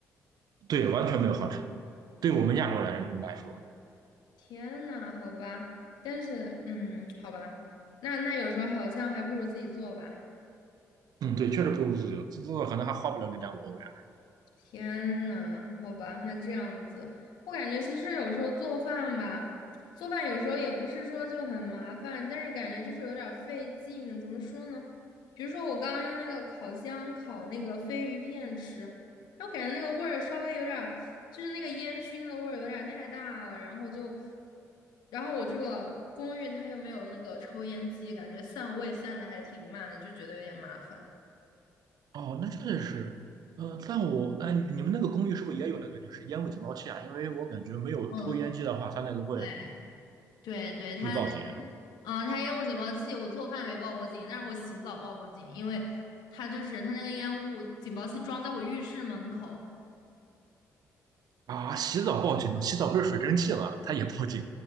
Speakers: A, on the right; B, on the left.
A: 对，完全没有好吃的。对我们亚洲来人来说，
B: 天呐，好吧，但是，嗯，好吧，那那有时候好像还不如自己做吧。
A: 嗯，对，确实不如自由，自做可能还花不了零点五欧元。
B: 天呐，好吧，那这样子，我感觉其实有时候做饭吧，做饭有时候也不是说就很麻烦，但是感觉就是有点儿费劲。怎么说呢？比如说我刚刚用那个烤箱烤那个飞鱼片吃，我感觉那个味儿稍微有点儿，就是那个烟熏的味儿有点儿太大了，然后就，然后我这个公寓它又没有那个抽烟机，感觉散味散的还挺慢的，就觉得有点麻烦。
A: 哦，那真的是，呃，但我，嗯、你们那个公寓是不是也有那个就是烟雾警报器啊？因为我感觉没有抽烟机的话，
B: 嗯。
A: 它那个会
B: 对对对，它
A: 会报警
B: 啊，它烟雾警报器，我做饭没报过警，但是我洗澡报过警，因为它就是它那个烟雾警报器装在我浴室门口，
A: 啊。洗澡报警吗？洗澡不是水蒸气吗？它也报警。